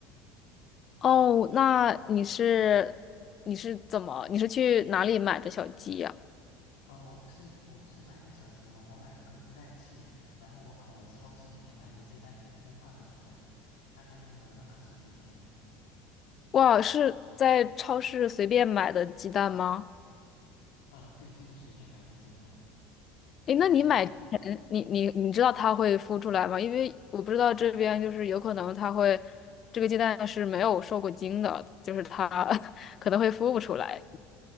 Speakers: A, on the left; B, on the left.
A: 哦，那你是你是怎么你是去哪里买的小鸡呀？
B: 呃，我不是我不是买的小鸡窝，我买了个孵蛋器，然后我把我超市里面买的鸡蛋给孵化了出来，大概用了二十多天。
A: 哇，是在超市随便买的鸡蛋吗？
B: 呃，对，就是随便买的鸡蛋，
A: 诶，
B: 就是我。
A: 那你买之前，你你你知道它会孵出来吗？
B: 嗯
A: 因为我不知道这边就是有可能它会，这个鸡蛋是没有受过精的，就是它 <laughs> 可能会孵不出来。